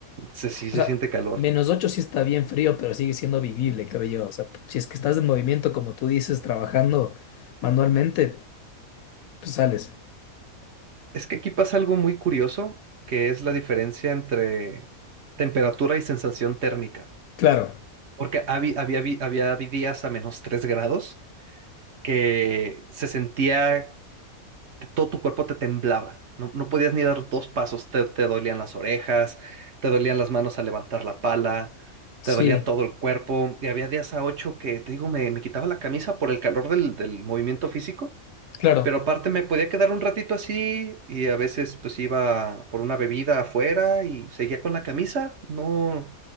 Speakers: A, on the right (about 55°); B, on the left (about 75°).
A: se, sí
B: o
A: se
B: sea,
A: siente calor.
B: menos 8 sí está bien frío, pero sigue siendo vivible, creo yo, o sea, si es que estás en movimiento, como tú dices, trabajando manualmente, pues sales,
A: Es que aquí pasa algo muy curioso, que es la diferencia entre temperatura y sensación térmica.
B: claro,
A: Porque habi- había, vi- había, vi días a menos tres grados que se sentía, que todo tu cuerpo te temblaba. No, no podías ni dar dos pasos, te, te dolían las orejas, te dolían las manos al levantar la pala,
B: sí,
A: te dolía todo el cuerpo. Y había días a 8 que, te digo, me, me quitaba la camisa por el calor del del movimiento físico
B: claro,
A: pero aparte me podía quedar un ratito así y a veces pues iba por una bebida afuera y seguía con la camisa. No,